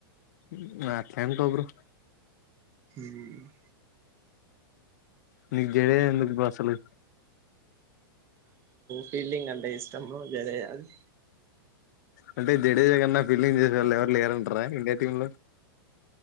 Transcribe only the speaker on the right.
ఉమ్
ఫీల్ంగ్ ఆంటే ఇష్టం బ్రో జడేజాది